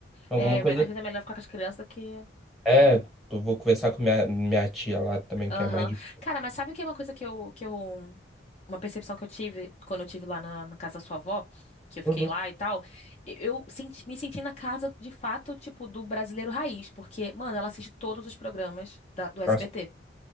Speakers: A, in the centre; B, on the left (about 35°).
A: alguma
B: É,
A: coisa.
B: me- às vezes
A: assim.
B: é melhor ficar com as crianças do que.
A: É, eu vou conversar com minha, minha tia lá também,
B: Aham.
A: que é mais de.
B: Cara, mas sabe o que é uma coisa que eu, que eu. Uma percepção que eu tive quando eu tive lá na, na casa da sua avó, que eu fiquei
A: Uhum.
B: lá e tal. Eu senti- me senti na casa, de fato, tipo, do brasileiro raiz, porque, mano, ela assiste todos os programas da- do SBT.
A: Nossa.